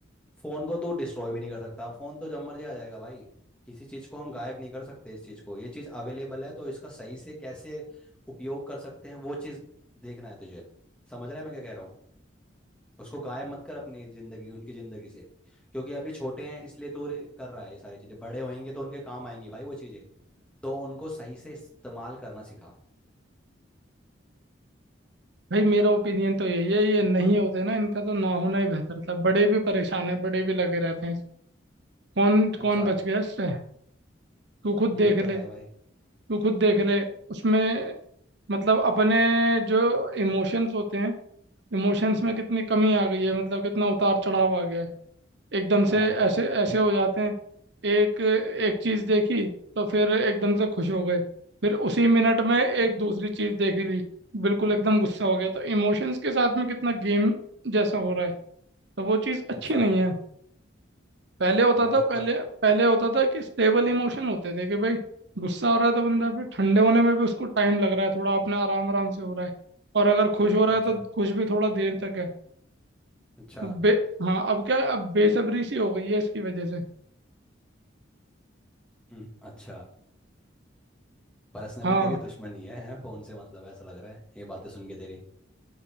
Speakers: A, in the centre; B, on the right (about 60°).
A: फोन को तू डिस्ट्रॉय भी नहीं कर सकता फोन तो जब मर्जी आ जाएगा भाई किसी चीज को हम गायब नहीं कर सकते इस चीज को ये चीज अवेलेबल है तो इसका सही से कैसे उपयोग कर सकते हैं वो चीज देखना है तुझे समझ रहा है मैं क्या कह रहा हूँ उसको गायब मत कर अपनी जिंदगी उनकी जिंदगी से क्योंकि अभी छोटे हैं इसलिए तो रे- कर रहा है ये सारी चीजें बड़े होंगे तो उनके काम आएंगी भाई वो चीजें तो उनको सही से इस्तेमाल करना सिखा
B: भाई मेरा ओपिनियन तो यही है ये नहीं होते ना इनका तो ना होना ही बेहतर था बड़े भी परेशान है बड़े भी लगे रहते हैं कौन
A: अच्छा
B: कौन बच गया इससे तू खुद
A: ये
B: देख
A: तो
B: ले
A: है भाई
B: तू खुद देख ले उसमें मतलब अपने जो इमोशंस होते हैं इमोशंस में कितनी कमी आ गई है मतलब कितना उतार चढ़ाव आ गया है एकदम
A: हाँ
B: से ऐसे ऐसे हो जाते हैं एक एक चीज़ देखी तो फिर एकदम से खुश हो गए फिर उसी मिनट में एक दूसरी चीज़ देख ली बिल्कुल एकदम गुस्सा हो गया तो इमोशंस के साथ में कितना गेम जैसा हो रहा है तो वो चीज़ अच्छी
A: अच्छा
B: नहीं है पहले होता
A: बात
B: था पहले
A: तो
B: पहले होता था कि स्टेबल इमोशन होते थे कि भाई गुस्सा हो रहा है तो बंदा फिर ठंडे होने में भी उसको टाइम लग रहा है थोड़ा अपना आराम आराम से हो रहा है और अगर खुश हो रहा
A: अच्छा
B: है तो खुश भी थोड़ा देर तक है
A: अच्छा
B: तो बे हाँ अब क्या है अब बेसब्री सी हो गई है इसकी वजह से
A: हम्म, अच्छा पर्सनली
B: हाँ
A: तेरी दुश्मनी है, है फोन से मतलब है, ऐसा लग रहा है ये बातें सुन के तेरी